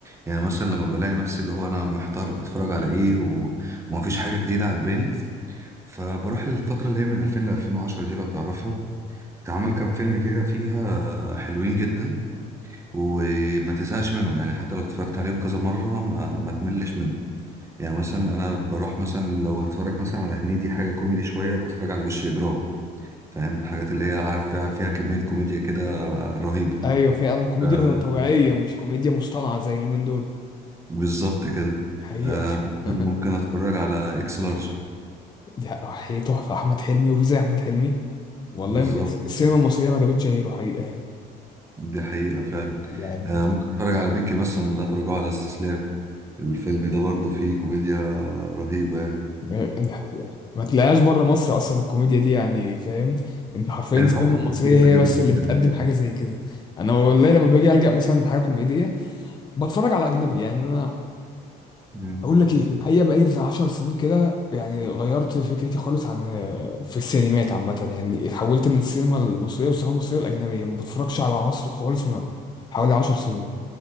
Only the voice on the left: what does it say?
ايوه فعلا كوميديا
طبيعيه مش كوميديا مصطنعه زي اليومين دول
حقيقه
<laughs>
دي حق- حقيقة تحفه احمد حلمي وفي زي احمد حلمي والله
م- السينما المصريه ما جابتش غيره حقيقه يعني
يعني
آه، دي حقيقه ما تلاقيهاش بره مصر اصلا الكوميديا دي يعني فاهم انت حرفيا
السينما
المصريه هي
بس
اللي بتقدم
حاجه زي كده انا والله لما باجي الجا مثلا لحاجه كوميديه بتفرج على اجنبي يعني انا
اقول لك ايه الحقيقه بقالي بتاع 10 سنين كده يعني غيرت فكرتي خالص عن في السينمات عامه يعني اتحولت من السينما المصريه والثقافه المصريه الاجنبيه ما بتفرجش على مصري خالص من حوالي 10 سنين